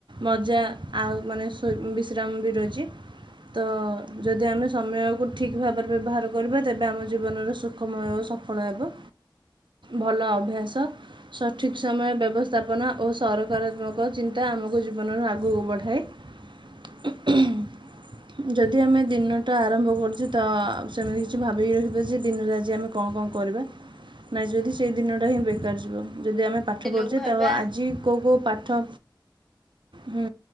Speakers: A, on the right; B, in the centre.
A: ମଜା ଆଉ ମାନେ ସୋ ବିଶ୍ରାମ ବି ରହିଚି ତ ଆମେ ସମୟକୁ ଠିକ୍ ଭାବରେ ବ୍ୟବହାର କରିବା ତେବେ ଆମ ଜୀବନରେ ସୁଖମୟ ଓ ସଫଳ ହେବ। ଭଲ
B: ହୁଁ
A: ଅଭ୍ୟାସ ସଠିକ ସମୟ ବ୍ୟବସ୍ଥାପନା ଓ ସକାରାତ୍ମକ ଚିତା- ଟା ଆମକୁ ଜୀବନରୁ ଆଗକୁ ବଢ଼ାଏ। ହ ଯଦି ତି ଆମେ ଦିନଟା ଆରମ୍ଭ କରୁ ତ ସେମିତି କିଛି ଭାବିକି ରଖିବ ଯେ ଦିନ ଆଜି ଆମେ କଣ କଣ କରିବା ନାଇଁ ଯଦି ଦିନଟା ହିଁ ବେକାର ଯିବ ଯଦି ଆମେ ପାଠ
B: ଦିନକୁ
A: ପଢ଼ୁଛେ
B: ଭାବିବା
A: ତ ଆଜି କୋଉ କୋଉ ପାଠ ହୁଁ